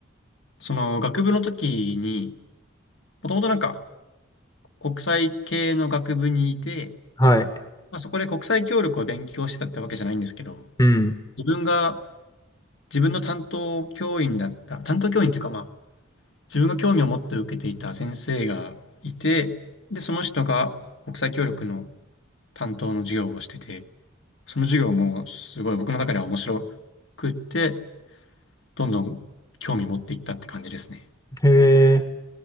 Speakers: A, on the left (about 65°); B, on the left (about 20°).
A: その学部の時に、もともとなんか国際系の学部にいて、
B: はい。
A: まあ、そこで国際協力を勉強してたってわけじゃないんですけど、
B: うん。
A: 自分が自分の担当教員だった、担当教員というかまあ自分が興味を持って受けていた先生がいて、で、その人が国際協力の担当の授業をしてて、その授業もすごい僕の中では面白くって、どんどん興味持っていったって感じですね。
B: へえ、